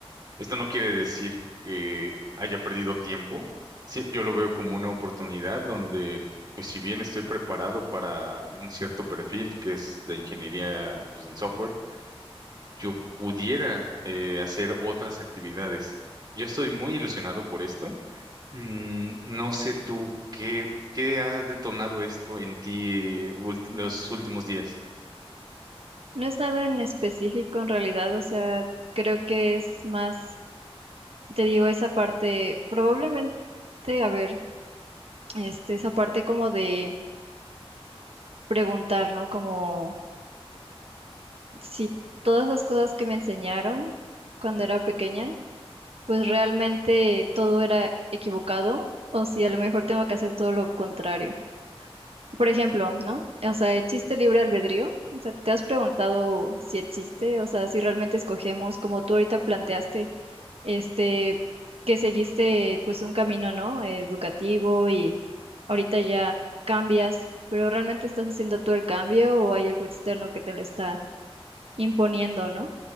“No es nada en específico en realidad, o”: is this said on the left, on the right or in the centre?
Right